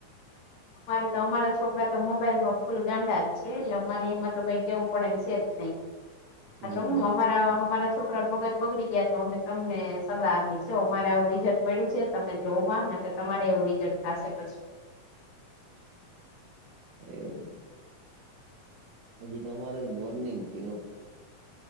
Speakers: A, on the left; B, on the right.
A: અમારે તો અમારા છોકરા તો મોબાઈલમાં ફૂલ ગાંડા જ છે એટલે અમારે એમાં તો કઈ કેવું પડે છે જ નહી.
B: હમ
A: તો હું અમારા અમારા છોકરા. છોકરા ના મગજ બગડી ગયા તો અમે તમને સલાહ આપી છે. મારે આવું રિઝલ્ટ મળ્યું છે. તમે જોવું માં કે તમારે એવું રીઝટ થશે પછી.
B: એવું. હજી તો અમારે તો મોર્નિંગ થીયુ.